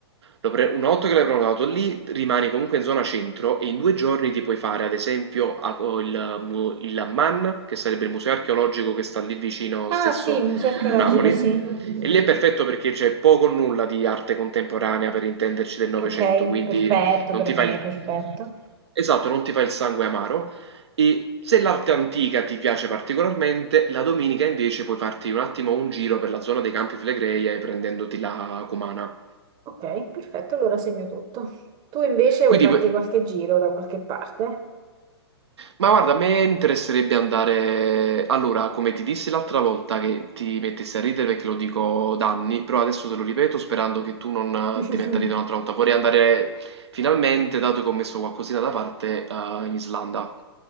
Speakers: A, on the right; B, on the right.
A: Lo pre- una volta che l'hai prenotato lì rimani comunque in zona centro e in due giorni ti puoi fare ad esempio a- o il, mu- il MAN, che sarebbe il museo archeologico che sta lì vicino
B: Ah,
A: stesso
B: sì, il museo archeologico,
A: a Napoli,
B: sì.
A: e lì è perfetto perché c'è poco o nulla di arte contemporanea per intenderci del Novecento,
B: Ok,
A: quindi
B: perfetto
A: non
B: per
A: ti
B: me,
A: fai...
B: perfetto.
A: Esatto, non ti fa il sangue amaro. E se l'arte antica ti piace particolarmente, la domenica invece puoi farti un attimo un giro per la zona dei Campi Flegrei prendendoti la Cumana.
B: Ok, perfetto, allora segno tutto. Tu invece vuoi
A: Quindi,
B: farti
A: p-
B: qualche giro da qualche parte?
A: ma guarda, a me interesserebbe andare. Allora, come ti dissi l'altra volta che ti mettessi a ridere perché lo dico da anni, però adesso te lo ripeto sperando che tu non
B: <laughs> In
A: eh, ti metta a ridere un'altra volta. Vorrei andare finalmente, dato che ho messo qualcosina da parte, eh, in Islanda.